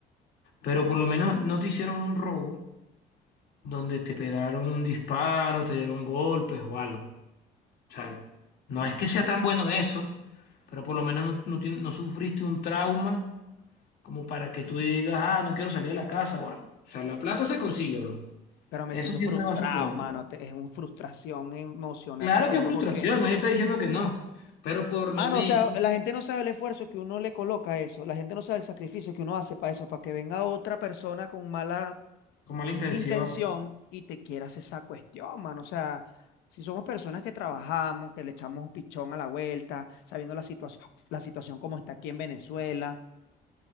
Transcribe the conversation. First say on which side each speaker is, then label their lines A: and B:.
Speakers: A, on the left (about 70°); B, on the left (about 85°).
A: Pero por lo menos no te hicieron un robo donde te pegaron un disparo, te dieron golpes o algo. O sea, no es que sea tan bueno eso, pero por lo menos no, no tien- no sufriste un trauma como para que tú digas, ah, no quiero salir de la casa o algo. O sea, la plata se consigue, bro.
B: Pero me
A: Eso
B: siento
A: siempre
B: frustrado,
A: va a suceder.
B: mano. te- Es una frustración emocional
A: Claro
B: que tengo
A: que es frustración,
B: porque
A: nadie está diciendo que no, pero por
B: Mano,
A: lo menos,
B: o sea, la gente no sabe el esfuerzo que uno le coloca a eso, la gente no sabe el sacrificio que uno hace para eso, para que venga otra persona con mala
A: con mala intención.
B: intención y te quieras esa cuestión, mano. O sea, si somos personas que trabajamos, que le echamos pichón a la vuelta, sabiendo la situación, la situación como está aquí en Venezuela,